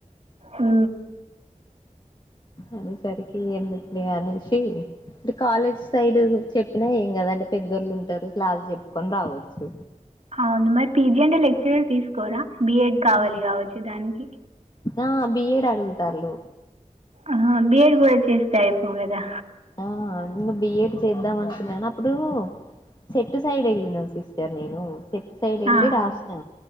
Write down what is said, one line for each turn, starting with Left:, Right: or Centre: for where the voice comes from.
Right: ఊ
Left: అదసరికి ఎందుకులే అనేసి అంట కాలేజ్ సైడ్ చెప్పినా ఏం కదంటే పెద్దోళ్ళు ఉంటారు క్లాస్ చెప్పుకొని రావచ్చు
Right: అవును మరి పీజీ అంటే లెక్చరర్ తీసుకోరా బిఎడ్ కావాలి
Left: ఆ
Right: కావచ్చు దానికి
Left: ఆ బిఏడ్ అడుగుతలు
Right: ఆ బియడ్ కూడా చేస్తే ఐపో కదా
Left: ఆ బిఏడ్ చేద్దాం అనుకున్నాను అప్పుడు సెట్టు సైడ్ ఎల్ నా సిస్టర్ నేను ట్ సైడ్ వెళ్ళి
Right: ఆ!
Left: రాసిన